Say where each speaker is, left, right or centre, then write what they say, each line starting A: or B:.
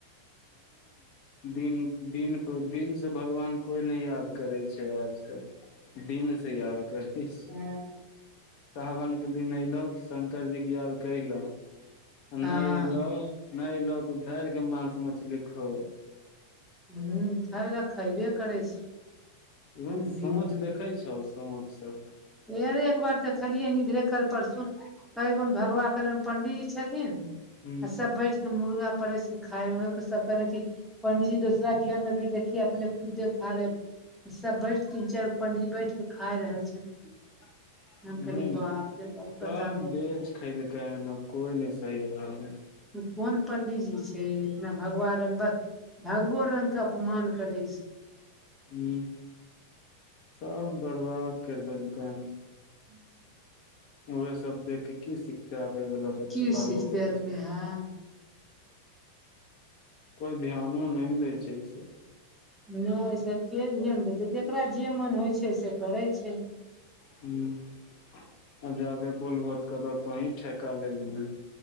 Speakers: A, on the left (about 45°); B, in the centre.
A: दिन <unintelligible> दिन पर दिन से भगवान कोई नहि याद करै छै आजकल दिन से याद करके <unintelligible>
B: हँ
A: साावन के दिन एलौ ने शंकर जी याद कइलऽ आ नहि
B: हँ
A: अयलऽ नहि अयलो तू धैरके मांस मछली खो
B: ह खाय ल खयबे करै छै
A: इ
B: अभियो
A: सोंच देखै छौ सोंच सब
B: अरे एक बार देखलियै इधरे कल परसु कैगेन भगवान कहलियनि पंडीजी छथिन
A: हूँ
B: आ सब बैठ के मुर्गा परसि के खाय रहै सब केने <unintelligible> पंडीजी दोसरा ज्ञान देथिन देखही अपने खुदे खा रहल सब बैठ के तीन चारि गो पंडीजी बैठ के खाय रहल छथिन
A: <inaudible> हूंम्म
B: हम कहलियै बाप रे बाप
A: सब
B: बताबऽ
A: बेच खैलकैहन अब कोइ नहि सही रहलै
B: उ कोन पंडीजी छै इतना भगवा <unintelligible> बस भगवो रंग के अपमान करै छै
A: हूंम्म सब बर्बाद करि देलकै हन
B: <inaudible>
A: उहेसभ देख कऽ की सिखते आबय बला बच्चा
B: की
A: बालो
B: सिखते
A: बच्चासभ
B: आदमी हँ
A: कोइ ध्यानो नहि ने दैय छै ई सब
B: नहि से के ध्यान देतै जेकरा जे मन होइ छै से करै छै
A: हूंम्म आ जादे बोलबहो तऽ कहत तोंही ठेका लेलहीं हें